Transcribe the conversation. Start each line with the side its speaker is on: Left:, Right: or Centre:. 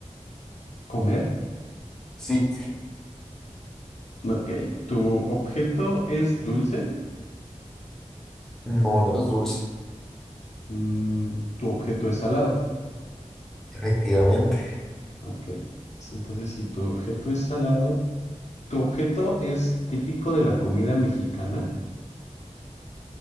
Left: ¿Comer?
Centre: Sí,
Left: Ok. ¿Tu objeto es dulce?
Centre: no, no es dulce,
Left: Mm, ¿tu objeto es salado?
Centre: efectivamente.
Left: Ok. S- Entonces, si tu objeto es salado, ¿tu objeto es típico de la comida mexicana?